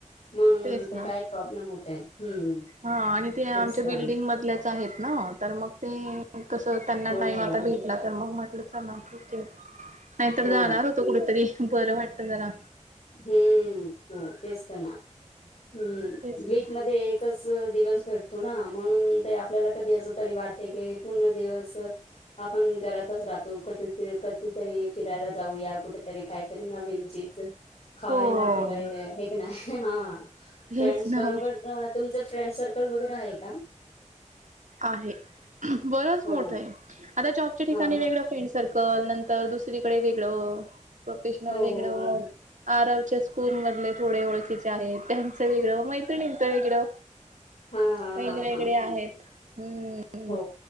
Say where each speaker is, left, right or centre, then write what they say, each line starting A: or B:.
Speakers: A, on the left (about 55°); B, on the right (about 75°).
A: म्हणून
B: तेच
A: तर
B: ना
A: काय, प्रॉब्लेम होतंय हम्म.
B: हा आणि ते
A: तेच
B: आमच्या
A: तर
B: बिल्डिंग मधल्याच आहेत ना, तर मग ते. कस त्यांना
A: हो
B: टाइम
A: हो
B: आता
A: हो.
B: भेटला तर, मग म्हटलं चला क ते नाहीतर
A: हो
B: जाणार होते. कुठंतरी बरं वाटतं जरा.
A: हम्म.. हो तेचत ना, हम
B: तेच
A: वीक
B: ना
A: मध्ये. कस दिवस भेटतो ना म्हणून ते, आपल्याला कधी अस तरी वाढते क पूर्ण दिवस. आपण घरातच राहतो की, कधीतरी फिरायला जाऊया कुठेतरी काहीतरी नवीन चीज. खायला
B: हो
A: भेटायं हे की नाही? हा.
B: तेच
A: फ्रेंड्स
B: ना
A: बरोबर तुमचं फ्रेंड सर्कल वगैरे आहे का?
B: आहे बरच
A: हो
B: मोठं आहे. आता जॉबच्या ठिकाणी
A: हा हा
B: वेगळं फ्रेंड सर्कल नंतर दुसरीकडे वेगळं. प्रोफेशनल
A: हो
B: वेगळ,
A: हो हो
B: आरवच्या स्कूल मधले थोडे ओळखीचे. आहेत त्यांचं वेगळं मैत्रिणींचं वेगळं.
A: हा हा
B: वेगवेेगळे
A: हा हा
B: आहेत. हम्म
A: हो